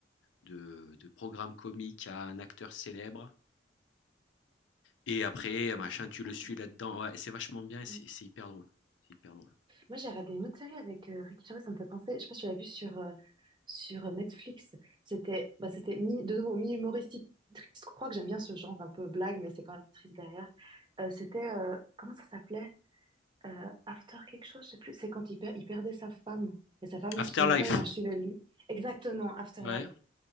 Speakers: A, on the left; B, on the right.
A: de, de programme comique à un acteur célèbre. Et après, machin,
B: Ah, sympa.
A: tu le suis là-dedans. Ouais, c'est vachement bien, c'est
B: Mm.
A: c'est hyper drôle. C'est hyper drôle.
B: Moi, j'ai regardé une autre série avec euh, Ricky Gervais, ça me fait penser, je sais pas si tu l'as vue sur, euh, sur Netflix. C'était, bah, c'était mi, de nouveau, mi-humoristique, triste. Je crois que j'aime bien ce genre un peu blague, mais c'est quand même un peu triste derrière. Euh, c'était, euh, comment ça s'appelait? Euh, After quelque chose, je sais plus. C'est quand il, per- il perdait sa femme. Et sa femme
A: Afterlife,
B: qui mourait et on le suivait lui. Exactement, Afterlife.
A: ouais.